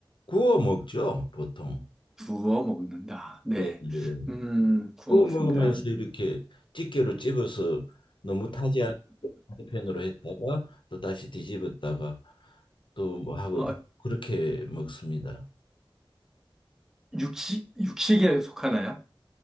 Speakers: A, on the left; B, in the centre.
A: 구워 먹죠, 보통.
B: 구워 먹는다. 네.
A: 예, 예.
B: 음, 구워
A: 구워
B: 먹습니다.
A: 먹으면서 이렇게 집게로 찝어서 너무 타지 않은 편으로 했다가 또 다시 뒤집었다가 또 뭐 하고
B: 어,
A: 그렇게 먹습니다.
B: 육식, 육식에 속하나요?